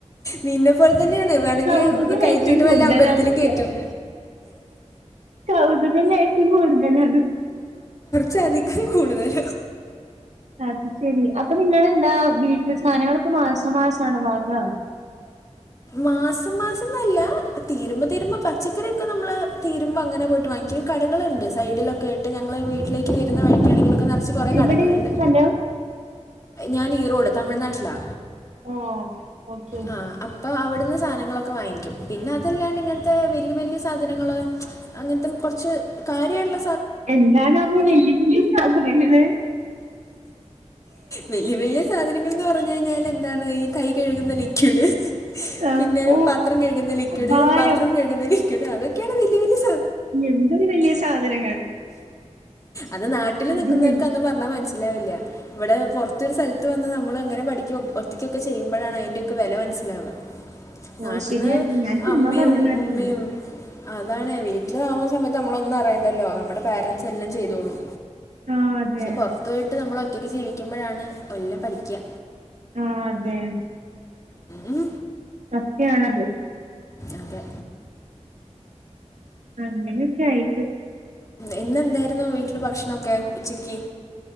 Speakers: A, on the left (about 25°); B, on the right (about 70°).
A: നിന്നെ പോൽ തെന്നെയാണ് വേണെങ്കിൽ
B: കൗതുക ലേശം
A: കൈ തീട്ട്
B: കൂടുതലാന്നൊക്കെ
A: വല്ല അമ്പലത്തിലും കേറ്റും
B: കൗതുകം ലേശം കൂടുതലാണ്
A: ച്ചധികം കൂടുതല.
B: അത് ശെരി അപ്പൊ നിങ്ങെന്താ വീട്ട് സാനങ്ങളൊക്കെ മാസം മാസാണോ വാങ്ങ
A: മാസം മാസം ന്നല്ല തീരുമ്പോ തീരുമ്പോ പച്ചകറി ഒക്കെ നമ്മള് തീരുമ്പങ്ങനെ പോയിട്ട് വാങ്ങിക്കും. കടകള്ണ്ട് സൈഡിലൊക്കെയിട്ട് ഞങ്ങളെ വീട്ടിലേക്ക് വരുന്ന വഴിക്കാണെങ്കിലൊക്കെ നെറച്ച് കൊറെ
B: എവിടെയാണ്
A: കടകളിണ്ട്.
B: സ്ഥലം?
A: ഞാൻ ഈറോഡ് തമിഴ്നാട്ടിലാ
B: ഓഹ്. ഓക്കെ.
A: ആഹ് അപ്പ് പ്പൊ അവിട്‌ന്ന് സാനങ്ങളൊക്കെ വാങ്ങിക്കും പിന്നെ അതല്ലാണ്ട് ങ്ങനത്തെ വല്യ വല്യ സാധനങ്ങള് അങ്ങൻതെ കൊർച്ച് കാര്യള്ള
B: എന്താണാവോ വെലിഞ്ഞ് സാധനങ്ങള്.
A: വെല്ല്യ വെല്ല്യ സാധനങ്ങൾന്ന് പർ ർഞ് ഴിഞ്ഞാൽ എന്താണ് ഈ കൈ കഴുകുന്ന ലിക്വിഡ്
B: ആഹ്.
A: പിന്നെ
B: ഓഹ്
A: പാത്രം കഴുകുന്ന ലിക്വിഡ്
B: ഭാരം.
A: ബാത്റൂം കഴുകുന്ന ലിക്വിഡ് അതൊക്യാണ് വല്യ വല്യ
B: എന്തൊരു വല്യ സാധനങ്ങൾ
A: അത് നാട്ടില്
B: അടിപൊളി.
A: നിക്കുന്നവർക്ക് അന്നും പർഞ്ഞാ മനസ്സിലാവില്ല്യ വെടെ പൊർതൊരു സെൽത്ത് വന്ന് നമ്മളങ്ങനെ പഠിക്യും ഒറ്റകൊക്കെ ചെയ്യുമ്പഴാണ് അയ്ന്റൊക്കെ വെല മൻസിലാവ
B: ഓഹ്
A: നാട്ടന്ന്
B: ശരിയാട്ടോ. ഞാൻ ചുമ്മാ
A: അമമീം
B: പറഞ്ഞതാട്ടോ.
A: ഉമമീം അതാണ് വീട്ടിലാവുന്ന സമയത്ത് നമ്മളൊന്നും അറയേണ്ടല്ലോ നമ്മുടെ പേരൻറ്സ് എല്ലം ചെയ്തോളും
B: ആഹ് അതെ.
A: പൊർത്തോയ്ട്ട് നമ്മളൊറ്റക്ക് ജീവിക്കുമ്പോഴാണ് എല്ലം പഠിക്ക്യ
B: ആഹ് അതെ
A: ഉം
B: സത്യാണത്.
A: അതെ.
B: അങ്ങനെ ഒക്കെ ആയിട്ട്.
A: ഇന്നെന്തായിരുന്നു വീട്ടില് ഭക്ഷണൊക്കെ ഉച്ചക്കി